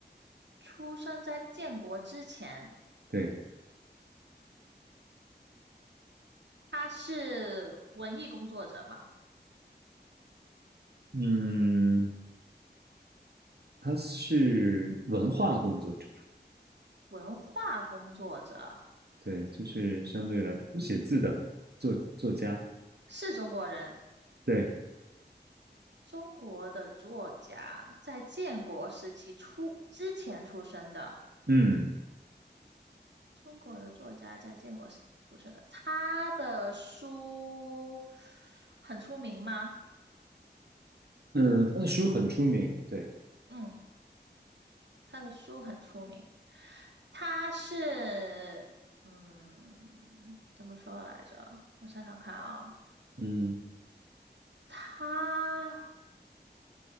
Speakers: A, on the right; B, on the right.
A: 出生在建国之前，
B: 对，
A: 他是文艺工作者嘛，
B: 嗯，他是文化工作者，
A: 文化工作者，
B: 对，就是相对来写字的作作家，
A: 是中国人，
B: 对，
A: 中国的作家，在建国时期出之前出生的，
B: 嗯
A: 中国的作家在建国时出生的，他的书很出名吗？
B: 嗯，他的书很出名，对，
A: 嗯。他的书很出名，他是嗯，怎么说来着？我想想看啊，
B: 嗯
A: 他，